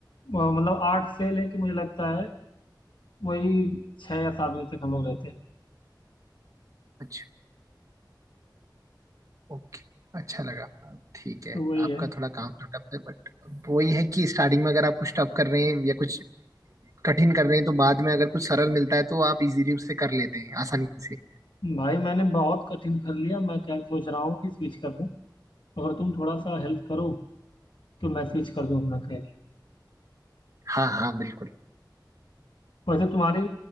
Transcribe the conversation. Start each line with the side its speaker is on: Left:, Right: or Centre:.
Left: वो मतलब आठ से लेके मुझे लगता है वही छह या सात बजे तक हम लोग रहते हैं
Right: अच्छा ओके अच्छा लगा ठीक है
Left: तो वही
Right: आपका
Left: है
Right: थोड़ा काम तो टफ है बट वही है कि स्टार्टिंग में अगर आप कुछ टफ कर रहे हैं या कुछ कठिन कर रहे हैं तो बाद में अगर कुछ सरल मिलता है तो आप इजीली उसे कर लेते हैं आसानी से
Left: भाई मैंने बहुत कठिन कर लिया मैं क्या सोच रहा हूँ कि स्विच कर दूं अगर तुम थोड़ा सा हेल्प करो तो मैं स्विच कर दूं अपना करियर
Right: हाँ हाँ बिल्कुल
Left: वैसे तुम्हारी